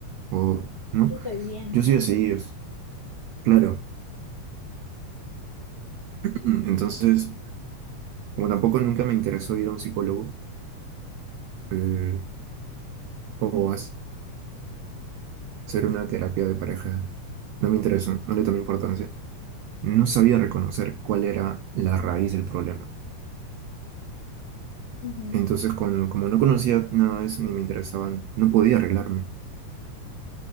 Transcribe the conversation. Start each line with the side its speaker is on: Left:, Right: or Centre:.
Right: o no,
Left: Yo estoy bien.
Right: yo soy así, es claro. <clears throat> Mm, Entonces, como tampoco nunca me interesó ir a un psicólogo eh, o hac- hacer una terapia de pareja, no me interesó, no le tomé importancia. No sabía reconocer cuál era la raíz del problema.
Left: Ujú.
Right: Entonces, cuando, como no conocía nada de eso ni me interesaban, no podía arreglarme.